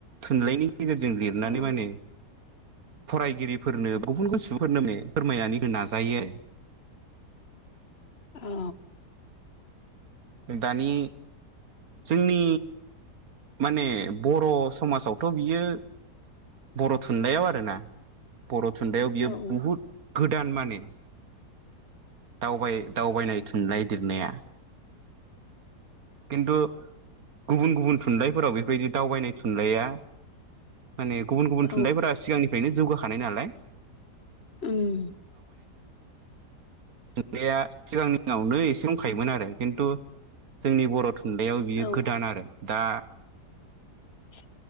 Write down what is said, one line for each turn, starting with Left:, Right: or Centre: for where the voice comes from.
Right: थुनलाइनि गेजेरजों लिरनानै
Left: औ
Right: माने फरायगिरिफोरनो गुबुन <unintelligible> गोसोफोरनो <unintelligible> फोरमायनानै होनो नाजायो आरो।
Left: औ
Right: दानि जोंनि माने बर' समाजावथ' बियो बर' थुनलाइयाव आरोना बर' थुनलाइयाव बियो
Left: औ
Right: बुहुत गोद दान मानि दावबाय दावबायनाय थुननायइ लिरनाया खिनथु गुबुन गुबुन थुनलाइफोराव बेबायदि दावबायनाय थुनलाइया माने गुबुन गुबुन
Left: औ
Right: थुनलाइफोरा सिगांनिफ्रायनो जौगाखानाय नालाय।
Left: ओम
Right: नाया सिगांनि दिनावनो एसे दंखायोमोन आरो खिनथु जोंनि बर' नुनायाव बियो
Left: औ
Right: गोदान आरो दा
Left: <inaudible>